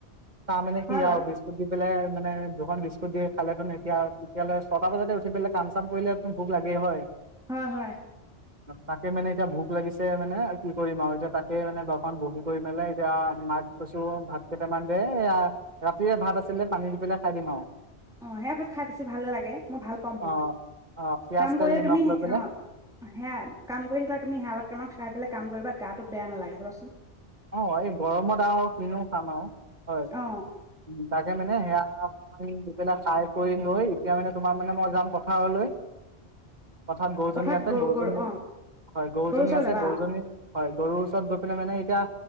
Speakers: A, on the right; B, in the centre.
A: চাহ মানে
B: হয়
A: কি
B: বাৰু
A: আৰু বিস্কুট। মানে দুখন বিস্কুট দিয়ে খালে তোন এতিয়া এতিয়ালৈ ছয়টা বজাতে উঠি পেলাই কাম চাম কৰিলে <unintelligible> লাগে হয়।
B: হয় হয়।
A: তাকে মানে এতিয়া ভোক লাগিছে মানে, কি কৰিম আৰু এতিয়া তাকে মানে অকণমান মন, বহি কৰি মেললে এতিয়া মাত কৈছো ভাত কেইটামান দে এ ৰাতিয়ে ভাত আছিলে পানী দি পেলাই খাই দিম আৰু।
B: অঁ সেয়া ভাত খাই বেছি ভালে লাগে মই ভাল পাওঁ বহুত
A: অ অ পিয়াজ
B: কাম
A: তেল
B: কৰিলে
A: নিমখ
B: তুমি
A: লৈ পেলাই
B: অঁ সেয়া কাম কৰি থাকিলা তুমি সেৱা ভাত অকনমান খাই পেলাই কাম কৰিবা গাতো বেয়া নালাগে চাবাচোন
A: অঁ এই গৰমত আৰু কিনোও খাম আৰু হয় উম
B: অ
A: তাকে মানে সেয়া অকমান দি পেলাই খাই কৰি লৈ এতিয়া মানে তোমাৰ মানে মই যাম পথাৰলৈ পথাত গৰুজনী
B: পথাৰত
A: আছে
B: গৰু
A: গৰুজনী
B: গৰু
A: হয়
B: অ
A: গৰুজনী
B: গৰু ওচৰলৈ
A: আছে
B: যাবা
A: গৰুজনী
B: অ
A: হয় গৰুৰ ওচৰত গৈ পেলাই মানে এতিয়া